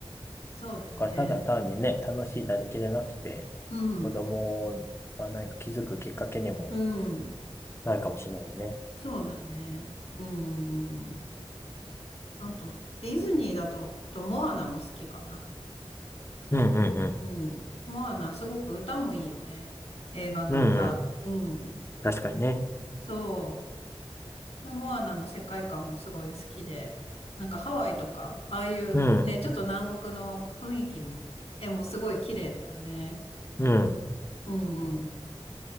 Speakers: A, on the left; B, on the left.
A: そうだよね。
B: だからただ単にね、楽しいだけじゃなくて、
A: うん。
B: 子供が何か気づくきっかけにも
A: うん。
B: なるかもしれないよね。
A: そうだね。うんうんうんうん。あと、ディズニーだと、とモアナも好きかな。
B: うんうん
A: うん。モアナ、すごく歌もいいよね。映画の歌。
B: うん。うんうん。
A: うん。
B: 確かにね。
A: そう。モアナの世界観もすごい好きで、なんかハワイとか、ああいうね、
B: うん。
A: ちょっと南国の雰囲気の絵もすごい綺麗だよね。
B: うん。
A: うんうん。